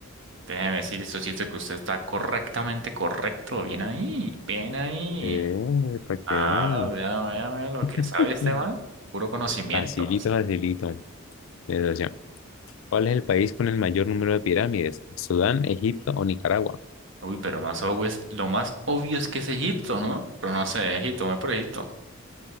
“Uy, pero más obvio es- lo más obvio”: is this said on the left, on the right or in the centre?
Right